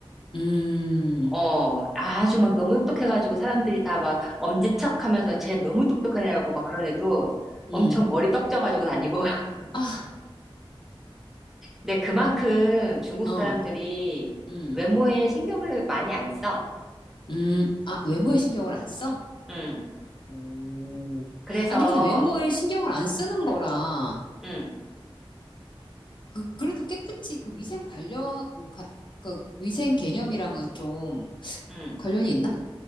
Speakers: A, on the left; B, in the centre.
A: 음,
B: 어, 아주 막 너무 똑똑해가지고 사람들이 다 막 엄지척 하면서 쟤 너무 똑똑한 애라고 막 그런 애도 엄청
A: 음.
B: 머리 떡져가지고 다니고. <laughs>
A: 아,
B: 근데 그만큼 중국
A: 어,
B: 사람들이
A: 음,
B: 외모에 신경을 많이 안 써.
A: 음. 아, 외모에 신경을 안 써?
B: 음.
A: 오.
B: 그래서,
A: 아니, 근데 외모에 신경을 안 쓰는 거랑,
B: 음,
A: 그, 그래도 깨끗이 그 위생 관련, 요 가- 그 위생 개념이랑은 좀
B: 음.
A: 관련이 있나?